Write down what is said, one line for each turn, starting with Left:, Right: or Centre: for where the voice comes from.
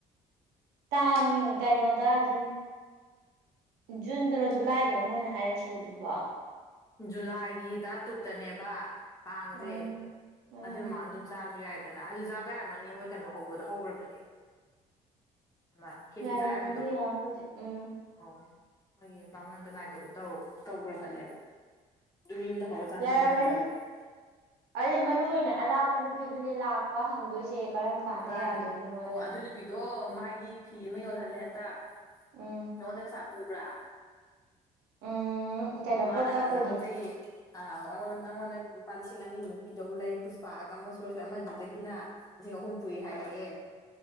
Right: ꯇꯥꯡ ꯀꯩꯅꯣꯗ ꯑꯗꯨꯝ ꯖꯨꯟꯗꯔꯣ ꯖꯨꯂꯥꯏꯗꯔꯣ ꯃꯣꯏꯅ ꯍꯥꯏꯔꯛꯈꯤꯕꯗꯨꯕꯣ
Left: ꯖꯨꯂꯥꯏꯒꯤ ꯇꯔꯥ ꯇꯔꯨꯛꯇꯅꯦꯕ ꯀꯥꯡꯁꯦ
Right: ꯎꯝ ꯎꯝ
Left: ꯑꯗꯨꯏ ꯃꯃꯥꯡ ꯑꯗꯨꯝ ꯆꯥꯔꯁꯨ ꯌꯥꯏ ꯗꯅ ꯍꯧꯖꯤꯛ ꯆꯥꯕ ꯌꯥꯔꯝꯃꯅꯤ ꯃꯣꯏ ꯀꯩꯅꯣ ꯍꯧꯕꯗꯣ ꯍꯧꯈ꯭ꯔꯕꯅꯦ ꯑꯃ ꯈꯦꯠꯆ꯭ꯔꯤ
Right: ꯌꯥꯔꯝꯃꯅꯤ
Left: ꯆꯥ ꯌꯥꯕꯤꯗꯣ
Right: ꯌꯥꯕꯨꯗꯤ ꯎꯝ
Left: ꯑꯧ ꯃꯣꯏꯒꯤ ꯕꯥꯃꯣꯟꯗꯣ ꯂꯥꯏ ꯇꯧꯕ ꯇꯧ ꯇꯧꯈ꯭ꯔꯕꯅꯦꯕ ꯑꯗꯨꯝ ꯌꯨꯝꯗ ꯍꯧꯔ ꯆꯥꯟꯅꯕ
Right: ꯌꯥꯔꯝꯃꯅꯤ
Left: ꯌꯥꯅꯔꯕꯅꯦꯕ
Right: ꯑꯩ ꯃꯔꯨ ꯑꯣꯏꯅ ꯑꯔꯥꯞꯄ ꯅꯨꯄꯤꯗꯨꯅꯦ ꯂꯥꯛꯄ ꯍꯪꯗꯣꯏꯁꯦ ꯀꯔꯝ ꯀꯥꯟꯗ
Left: ꯃꯥꯅꯦ
Right: ꯌꯥꯗꯣꯏꯅꯣꯅ
Left: ꯑꯣ ꯑꯗꯨꯏ ꯅꯨꯄꯤꯗꯣ ꯃꯥꯒꯤ ꯐꯤ ꯑꯃ ꯌꯣꯜꯍꯜꯂꯦ ꯍꯟꯇꯛ
Right: ꯎꯝ
Left: ꯅꯉꯣꯟꯗꯩ ꯄꯩꯁꯥ ꯄꯨꯕ꯭ꯔꯥ
Right: ꯎꯝ ꯀꯩꯅꯣ
Left: ꯃꯥꯅ
Right: ꯄꯣꯠ ꯀꯛꯄꯒꯤꯅꯦ
Left: ꯑ ꯅꯪꯉꯣꯟꯗꯒꯤ ꯑꯥ ꯑꯩꯉꯣꯟꯗ ꯅꯪꯉꯣꯟꯗ ꯂꯨꯄꯥ ꯂꯤꯁꯤꯡ ꯑꯅꯤꯃꯨꯛ ꯄꯤꯗꯧ ꯂꯩ ꯄꯨꯁꯄꯥ <unintelligible> ꯑꯃꯗꯨꯗꯒꯤꯅ ꯂꯤꯁꯤꯡ ꯑꯍꯨꯝ ꯄꯨꯏ ꯍꯥꯏꯌꯦꯌꯦ